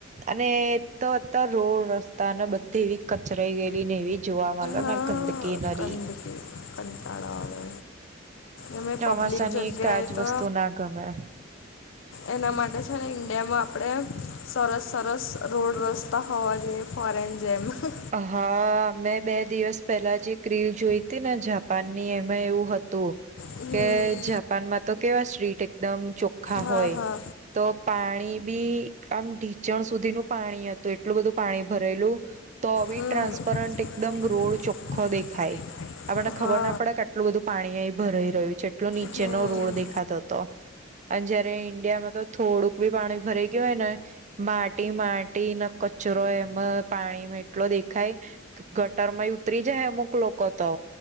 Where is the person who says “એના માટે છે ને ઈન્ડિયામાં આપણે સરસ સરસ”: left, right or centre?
Left